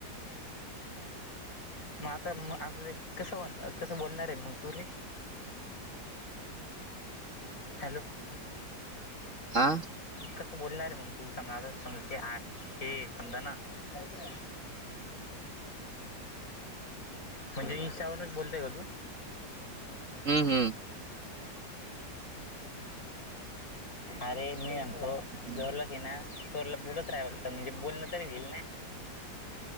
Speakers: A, on the left; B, on the right.
A: म आता म आता ते कसं होणार कसं बोलणार आहे मंग तू रे. हॅलो.
B: हा
A: कसं बोलणार आहेे मग तू समजा आ समज हे समजा ना. या इकडे. <inaudible> <inaudible> म्हणजे इशावरनच बोलताय का तू
B: हम्म हम्म.
A: आरे मी म्हणतो
B: हम्म
A: जवर लाक्ष <inaudible> हे ना <unintelligible> तोला बोलत राहा बत म्हणजे बोलण तरी घेईल ना.